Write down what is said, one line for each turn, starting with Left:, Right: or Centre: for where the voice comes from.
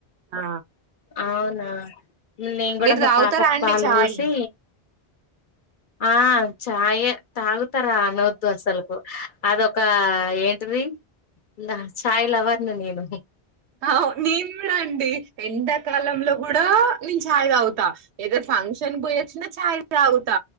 Right: ఆ
Left: అవునా నేను కూడా
Right: మీరు
Left: మా
Right: తాగుతారా
Left: పాపకు
Right: అండి
Left: పాలు
Right: చాయ్
Left: పోసి ఆ చాయ తాగుతారా అన్నోద్దు అసలుకు అదొ క ఏంటిది ద చాయ్ లవర్ ని నేను
Right: అ నిను కూడా అండి ఎండాకాలంలో కూడా నిను ఛాయ్ తాగుత్ తా ఏదో ఫంక్షన్ పోయో చ్చిన చాయి తాగుత